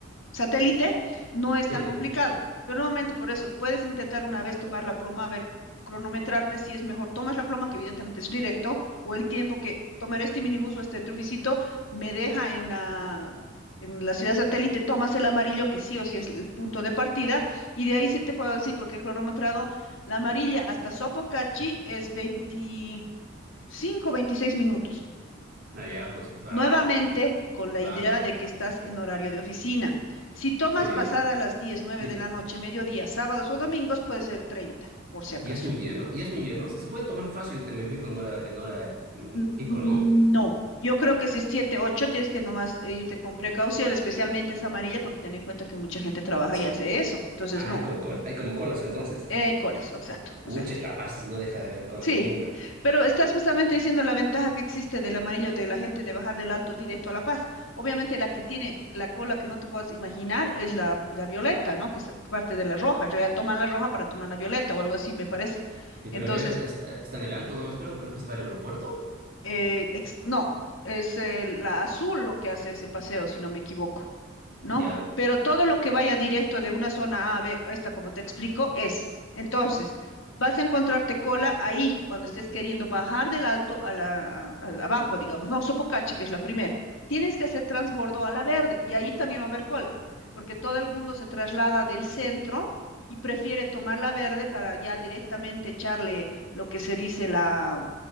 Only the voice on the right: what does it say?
sí.
Allá, pues, bárbaro,
bárbaro,
sí.
Y,
y es muy lleno, y es muy lleno, se se puede tomar fácil el Temesví con hora, en hora mm,
pico,
¿no?
Así.
Ah,
hay como, col- hay como colas entonces.
Pucha,
en La Paz no deja de haber colas
nunca.
Y
pero ahorita está, está en el alto nomás, creo, creo que se va al aeropuerto.
Ya.